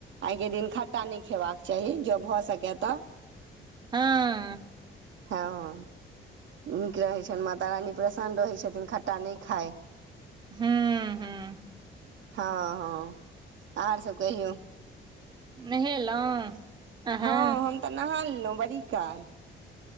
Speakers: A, on the right; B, on the right.
A: आइकेँ दिन खट्टा नय खेबाक चाही जो भऽ सकय तऽ।
B: हँ
A: हँ नीक रहैत छैन माता रानी प्रसन्न रहै छथिन खट्टा नय खाय।
B: हुँ हुँ
A: हँ हँ आओर सब कहियौ।
B: नहेलहुँ अहाँ
A: हँ हम तऽ नहा लेलहुँ बड़ी काल